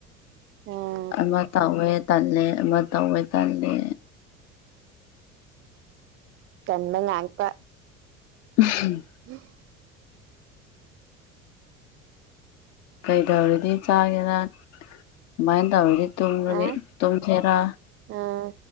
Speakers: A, on the right; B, on the left.
A: ꯑꯣ
B: ꯑꯃ ꯇꯧꯋꯦ ꯇꯜꯂꯦ ꯑꯃ ꯇꯧꯋꯦ ꯇꯜꯂꯦ
A: ꯇꯟꯕ ꯉꯥꯛꯄ
B: <unintelligible>
A: <inaudible>
B: ꯀꯩꯗꯧꯔꯗꯤ ꯆꯥꯒꯦꯔꯥ ꯀꯃꯥꯏꯟ ꯇꯧꯔꯗꯤ ꯇꯨꯝꯔꯗꯤ
A: ꯑ
B: ꯇꯨꯝꯁꯦꯔꯥ
A: ꯑꯥ